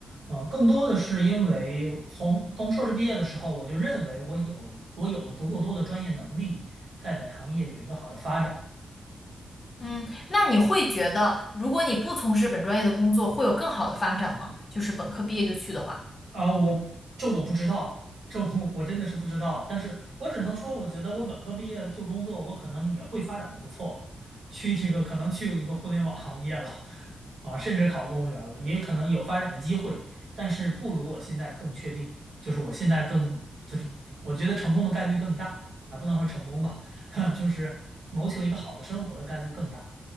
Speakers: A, on the right (about 60°); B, on the left (about 25°).
A: 嗯、更多的是因为从从硕士毕业的时候，我就认为我有我有了足够多的专业能力，在本行业有一个好的发展。
B: 嗯，那你会觉得如果你不从事本专业的工作，会有更好的发展吗？就是本科毕业就去的话。
A: 啊，我这我不知道，这我我真的是不知道。但是我只能说，我觉得我本科毕业就工作，我可能也会发展的不错，去一个可能去一个互联网行业了，啊，甚至考公务员了，也可能有发展的机会。但是不如我现在更确定，就是我现在更就是我觉得成功的概率更大啊，不能说成功吧，<laughs> 就是谋求一个好的生活的概率更大。